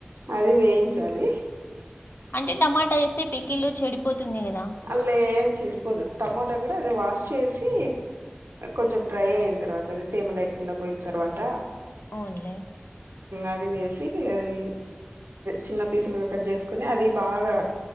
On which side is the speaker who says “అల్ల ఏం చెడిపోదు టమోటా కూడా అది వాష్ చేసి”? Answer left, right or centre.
Right